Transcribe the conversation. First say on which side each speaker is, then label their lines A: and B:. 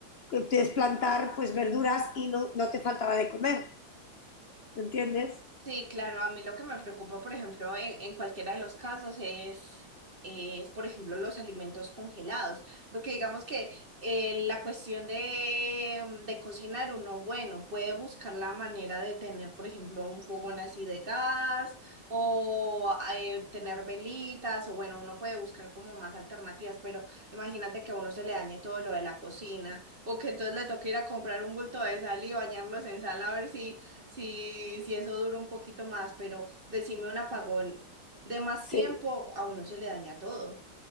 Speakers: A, on the left; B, on the right.
A: puedes plantar pues verduras y no, no te faltará de comer, entiendes?
B: Sí, claro, a mí lo que me preocupa, por ejemplo, en, en cualquiera de los casos es, es, por ejemplo, los alimentos congelados, porque digamos que eh, la cuestión de, mm, de cocinar uno, bueno, puede buscar la manera de tener, por ejemplo, un fogón así de gas o eh, tener velitas, o bueno, uno puede buscar como más alternativas, pero imagínate que a uno se le dañe todo lo de la cocina o que entonces le toque ir a comprar un bulto de sal y bañarlos en sal a ver si Sí, sí, eso dura un poquito más, pero decime un apagón de más
A: Sí.
B: tiempo, a uno se le daña todo.